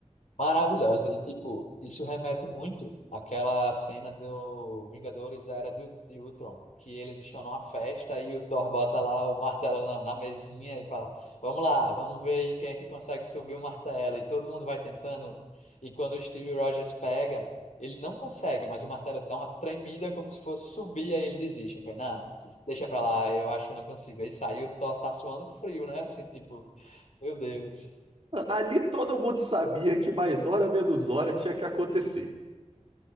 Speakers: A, on the left; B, on the right.
A: Maravilhosa. E, tipo, isso remete muito àquela cena do Vingadores Era de, U- de Ultron, que eles estão numa festa e o Thor bota lá o martelo na, na mesinha e fala: Vamos lá, vamos ver aí quem é que consegue subir o martelo. E todo mundo vai tentando. E quando o Steve Rogers pega, ele não consegue, mas o martelo dá uma tremida como se fosse subir, aí ele desiste. Eu falei: Não, deixa pra lá, eu acho que eu não consigo. Aí saiu, o Thor tá suando frio, né? Assim, tipo, meu Deus.
B: Ali todo mundo sabia que mais hora menos hora tinha que acontecer.